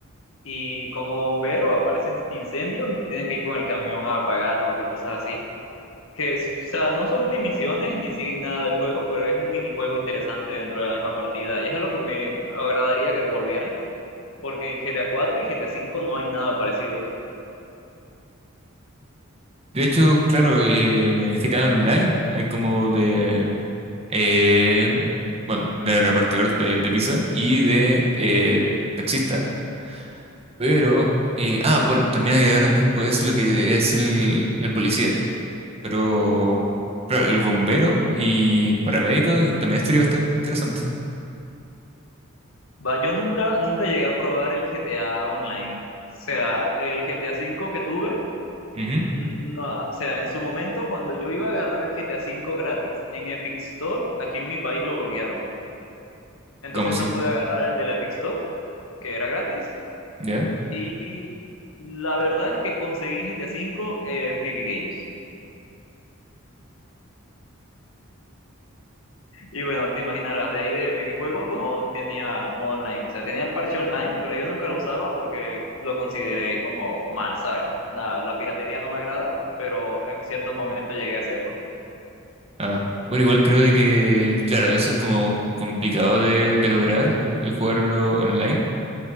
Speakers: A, on the left; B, on the right.
A: Y como bombero aparecen incendios y tú tienes que ir con el camión a apagarlos y cosas así. que es- o sea, no son ni misiones ni siguen nada del juego, pero es un minijuego interesante dentro de la misma partida y es algo que me agradaría que devolvieran, porque en GTA cuatro y GTA cinco no hay nada parecido.
B: De hecho, claro, eh, en el GTA Online hay como de, eh, bueno, de repartidor de, de pizza y de eh, taxista, pero, eh, ah, bueno, también agregaron después lo que es el, el policía, pero claro, el bombero y paramédico eh, también estaría bastante interesante.
A: Va, yo nunca, nunca llegué a probar el GTA Online. O sea, el GTA cinco que tuve,
B: Ujú,
A: n- no, o sea, en su momento cuando yo iba a agarrar el GTA cinco gratis en Epic Store, aquí en mi país lo bloquearon. Entonces
B: ¿Cómo así?
A: no pude agarrar el de la Epic Store, que era gratis,
B: ¿Ya?
A: Y la verdad es que conseguí GTA V en PB Games. Y bueno, te imaginarás, de ahí de PB Juego no tenía el modo online. O sea, tenía el parche online, pero yo nunca lo usaba porque lo consideré como mal, ¿sabes? La, la piratería no me agrada, pero en cierto momento llegué a hacerlo.
B: Ah, bueno, igual creo de que, claro, eso es como complicado de, de lograr, el, el jugarlo online